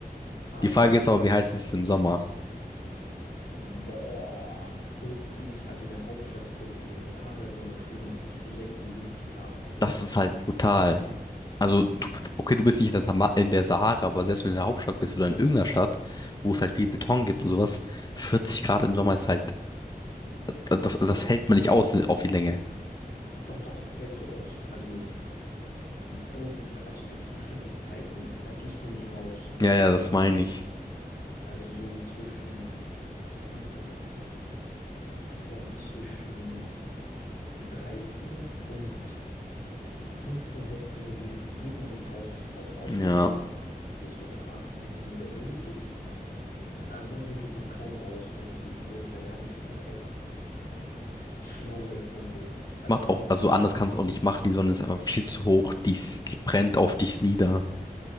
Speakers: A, on the left; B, on the left.
A: Aber
B: Die Frage ist aber, wie heiß ist es im Sommer?
A: Boah, 40, also in der Hauptstadt 40, in der Sahara ist nochmal schlimmer, bis zu 60, 70 Grad teilweise.
B: Das ist halt brutal. Also, du, okay, du bist nicht in der, Tama in der Sahara, aber selbst wenn du in der Hauptstadt bist oder in irgendeiner Stadt, wo es halt viel Beton gibt und sowas, 40 Grad im Sommer ist halt, das, das
A: Ja, ja,
B: hält
A: du-
B: man nicht aus auf die Länge.
A: Doch, doch, hältst du aus. Also, Bro, du, also es gibt so bestimmte Zeiten, da gehst du nicht raus. Das
B: Ja, ja,
A: ist bekannt.
B: das meine ich.
A: Also so zwischen, was waren das nochmal? Ich glaube zwischen 13 und 15, 16 Uhr geht, geht man nicht raus aus dem Haus, außer
B: Ja,
A: du hast wirklich gehst, du hast einen Arzttermin oder ähnliches. Ansonsten geht man kaum raus während diesen Uhrzeiten. Aber ich finde das auch schlau, sage ich mal so. Also
B: macht
A: da
B: auch,
A: ist es.
B: also anders kannst du auch nicht machen, die Sonne ist einfach viel zu hoch, die, die brennt auf dich nieder.